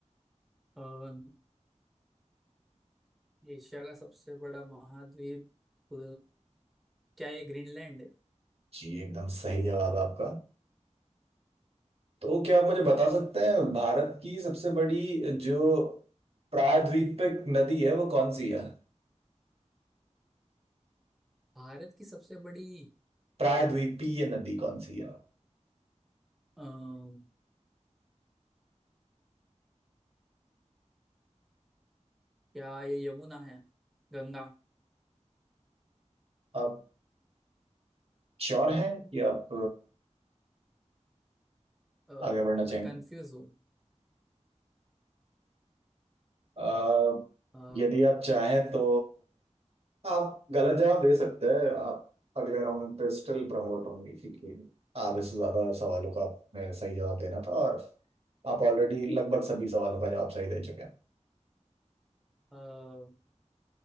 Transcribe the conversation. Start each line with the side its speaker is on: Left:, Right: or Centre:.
Centre: हम्म। अ, एशिया का सबसे बड़ा महाद्वीप अ, क्या ये ग्रीनलैंड है
Right: जी एकदम सही जवाब है आपका तो क्या आप मुझे बता सकते हैं भारत की सबसे बड़ी जो प्रायद्वीपीय नदी है वो कौन सी है
Centre: भारत की सबसे बड़ी
Right: प्रायद्वीपीय नदी कौन सी है
Centre: अम्म, क्या ये यमुना है गंगा
Right: आप श्योर हैं कि आप
Centre: अ,
Right: अ, आगे बढ़ना चाहेंगे
Centre: मैं कंफ्यूज हूँ
Right: अ,
Centre: अ,
Right: यदि आप चाहें तो आप गलत जवाब दे सकते हैं आप अगले राउंड पे स्टिल प्रमोट होंगे क्योंकि आधे से ज्यादा सवालों का आपने सही जवाब देना था और आप ऑलरेडी लगभग सभी सवालों का जवाब सही दे चुके हैं
Centre: अ,